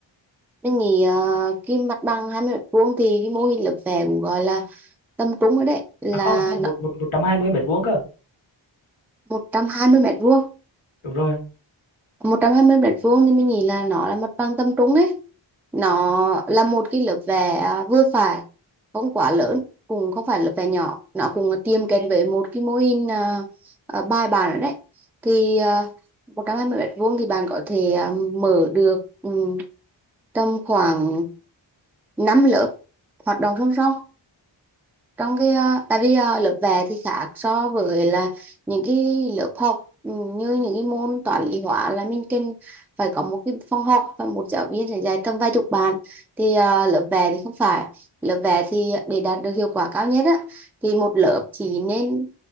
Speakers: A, in the centre; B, on the left.
A: Mình nghĩ ờ, cái mặt bằng 20 mét vuông thì cái mô hình lớp vẽ cũng gọi là tầm trung rồi đấy là
B: à không một
A: nó
B: một 120 mét vuông cơ
A: 120 mét vuông
B: đúng rồi
A: một trăm hai mươi mét vuông thì mình nghĩ là nó là mặt bằng tầm trung ấy nó là một cái lớp vẽ à, vừa phải không quá lớn cũng không phải lớp vẽ nhỏ nó cũng tiêm kèm với một cái mô hình à, à, bài bản rồi đấy thì à, 120 mét vuông thì bạn có thể à, mở được ừ, tầm khoảng 5 lớp hoạt động song song trong cái ờ, tại vì ờ, lớp vẽ thì khác so với là những cái lớp học ừ, như những cái môn toán lý hóa là mình cần phải có một cái phòng học và một giáo viên sẽ dạy tầm vài chục bạn thì ờ, lớp vẽ thì không phải lớp vẽ thì để đạt được hiệu quả cao nhất á thì một lớp chỉ nên